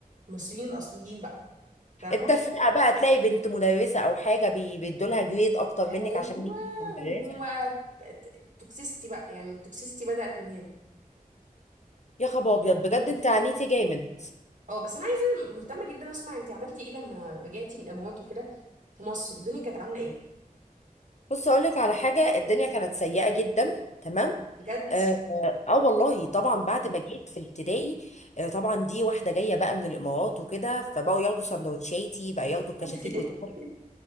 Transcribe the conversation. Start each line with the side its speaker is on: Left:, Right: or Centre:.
Right: المصريين الاصليين بقى فاهمه
Left: التفرقة بقى تلاقي بنت مدرسة او حاجة بي- بيدولها جريد اكتر
Right: ايوه
Left: منك عشان هي مدرسة
Right: وبقى توكسيستي بقى يعني التوكسيستي بدأت من هنا
Left: يا خبر ابيض بجد انت عانيتي جامد
Right: اه بس انا عايزه مهتمه جدا اسمع انت عملتي ايه لما رجعتي من الامارات وكده في مصر الدنيا كانت عامله ايه
Left: بص اقول لك على حاجة الدنيا كانت سيئة جدا تمام
Right: بجد
Left: اه, آه آه والله طبعا بعد ما جيت في ابتدائي آه طبعا دي واحدة جاية بقى من الامارات وكده فبقوا ياخدوا سندوتشاتي بقى ياخدوا الكشاكيل
Right: <laughs>
Left: بتاعتي